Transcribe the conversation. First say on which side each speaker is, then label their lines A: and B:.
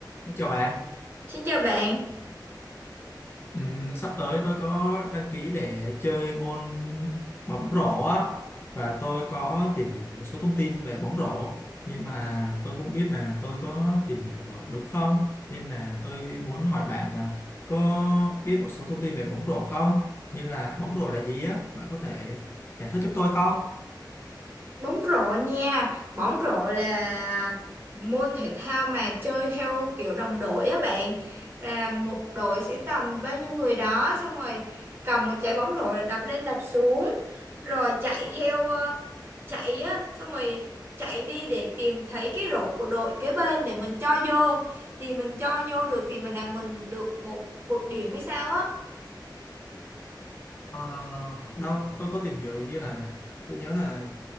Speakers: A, on the left (about 30°); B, on the right (about 30°).
A: Xin chào bạn.
B: Xin chào bạn,
A: Ừm, sắp tới tôi có đăng ký để chơi môn bóng rổ á và tôi có tìm hiểu một số thông tin về bóng rổ nhưng mà tôi không biết là tôi có tìm hiểu ờ, đúng không nên là tôi muốn hỏi bạn là có biết một số thông tin về bóng rổ không như là bóng rổ là gì á bạn có thể giải thích giúp tôi không?
B: bóng rổ nha. Bóng rổ là môn thể thao mà chơi theo kiểu đồng đội á bạn. Là một đội sẽ tầm bao nhiêu người đó xong rồi cầm một trái bóng rổ là đập lên đập xuống rồi chạy theo ờ, chạy á xong rồi chạy đi để tìm thấy cái rổ của đội kế bên để mình cho vô. Thì mình cho vô được thì mình làm mình được một một điểm hay sao á.
A: Ờ, đâu tôi có tìm hiểu hình như là tôi nhớ là